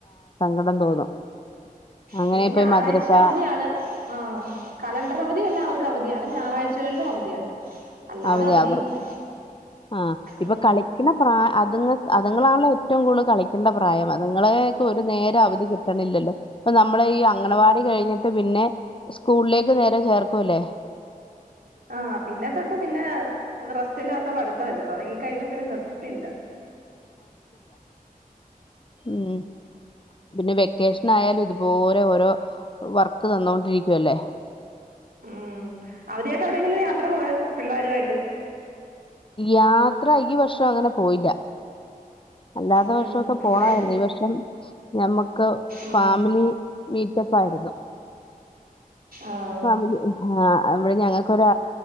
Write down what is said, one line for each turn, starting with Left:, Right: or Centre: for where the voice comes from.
Left: <unintelligible> അങ്ങനെ
Right: പിന്നെ
Left: ഇപ്പൊ
Right: ഞായറാഴ്ച്ച
Left: ഈ മദ്രസ
Right: അവധിയാണ് അ ആ കലണ്ടർ അവധിയല്ല അവർക്ക് അവധിയാണ് ഞായറാഴ്ചകളിലും അവധിയാണ്
Left: <unintelligible>
Right: അല്ലാതെ
Left: അവധി
Right: അവധിയില്ല
Left: അവർ ആഹ ഇപ്പൊ
Right: ഉം
Left: കളിക്ണ ആ അതുങ്ങക്ക് അതുങ്ങളാണല്ലോ ഏറ്റവും കൂടുതൽ കളിക്കണ്ട പ്രായം അതുങ്ങളേക് ഒരു നേരം അവധി കിട്ട് ണില്ല ല്ല നമ്മള ഈ അങ്ങണവാ കഴിഞ്ഞിട്ട് പിന്നെ സ്കൂളേക്ക് നേരെ ചേർക്കൂ ല്ലേ
Right: ആ പിന്നെ തൊട്ട് പിന്നെ റസ്റ്റ് ഇല്ലാത്ത പടിത്ത തൊടങ്ങി ക്കഴിഞാ പിന്നെ നിർത്തില്ല
Left: മ്മ് പിന്നെ വെക്കേഷൻ ആയാലും ഇതുപോലെ ഓരോ വർക്ക് തന്നൊണ്ടിരിക്കുവല്ലേ
Right: മ്മ് അവധിയായിട്ട് എവിടെങ്കിലും യാത്ര പോയോ പിള്ളേരുആയിട്ട്
Left: യാത്ര ഈ വർഷം അങ്ങനെ പോയില്ല അല്ലാത്ത
Right: ഉം
Left: വർഷക്കെ പോണായിരുന്നു
Right: ഇവിടെ
Left: ഈ വർഷം ഞമ്മക്ക്
Right: ഉം
Left: ഫാമിലി മീ <unintelligible>
Right: ആഹ്
Left: ഫമിലി <unintelligible> അവിടെ ഞങ്ങൾക്കൊരു